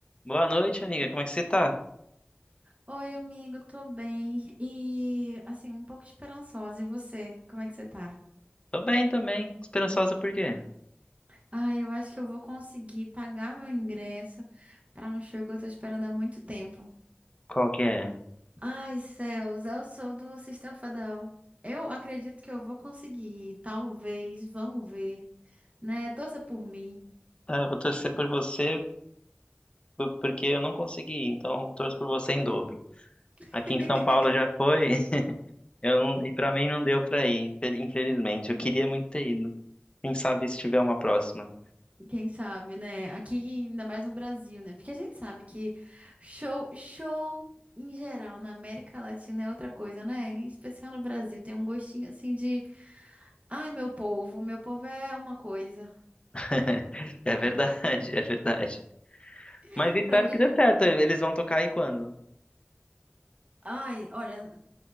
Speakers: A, on the left; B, on the right.
A: Boa noite, amiga. Como é que você tá?
B: Oi, amigo, tô bem. E assim, um pouco esperançosa. E você? Como é que você tá?
A: Tô bem também. Esperançosa por quê?
B: Ah, eu acho que eu vou conseguir pagar meu ingresso pra um show que eu tô esperando há muito tempo.
A: Qual que é?
B: Ai, céus, eu sou do System of a Down. Eu acredito que eu vou conseguir, talvez, vamos ver, né? Torça por mim.
A: Ah, eu vou torcer por você por- porque eu não consegui, ir, então eu torço por você em dobro.
B: <laughs>
A: Aqui em São Paulo já foi, <laughs> eu não- e pra mim não deu pra ir, infel- infelizmente. Eu queria muito ter ido. Quem sabe se tiver uma próxima.
B: Quem sabe, né? Aqui, ainda mais no Brasil, né? Porque a gente sabe que show, show em geral na América Latina é outra coisa, né? Em especial no Brasil, tem um gostinho assim de, ai, meu povo, meu povo é uma coisa.
A: <laughs> É verdade, é verdade.
B: <laughs>
A: Mas espero
B: Pra que
A: que dê
B: jeito?
A: certo. Eles vão tocar aí quando?
B: Ai, olha,